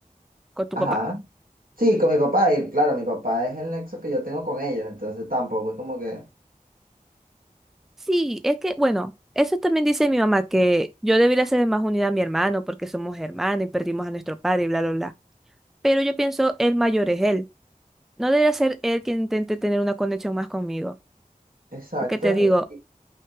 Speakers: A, in the centre; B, on the right.
A: con tu
B: ajá.
A: papá.
B: Sí, con mi papá. Y claro, mi papá es el nexo que yo tengo con ellos. Entonces tampoco es como que.
A: Sí, es que, bueno, eso también dice mi mamá, que yo debería ser más unida a mi hermano porque somos hermanos y perdimos a nuestro padre y bla, bla, bla. Pero yo pienso, el mayor es él. No debería ser él quien intente tener una conexión más conmigo.
B: Exacto.
A: Porque te digo,